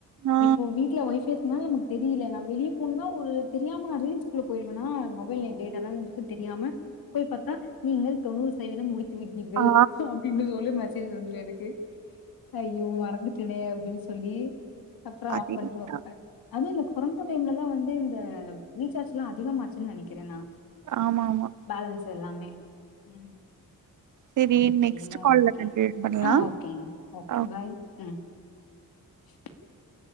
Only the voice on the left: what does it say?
இப்போ வீட்ல வைஃபை இருக்கனால நமக்கு தெரில நா வெளிய போனேன்னா ஒரு தெரியாம நா ரீல்ஸ்குள்ள போயிடுவேன்னா மொபைல் டேட்டாதா இருக்குன்னு தெரியாம போய் பாத்தா நீங்கள் தொண்ணூறு சதவீதம் முடித்து விட்டீர்கள்
அப்டின்னு சொல்லி மெசேஜ் வந்துரு எனக்கு ஐய்யோ மறந்துட்டனே அப்டின்னு சொல்லி அப்றோ
ஆஃப் பண்ணிட்டு வைப்ப அது இந்த கொரோனா டைம்லலா வந்து இந்த ரீசார்ஜ் எல்லா அதிகமாச்சுன்னு நெனைக்கிறே நா
பேலன்ஸ் எல்லாமே ம்
செரிங்க
ஓகே
ஆ ஓகேங்க ஓகே
பாய் ம் <inaudible>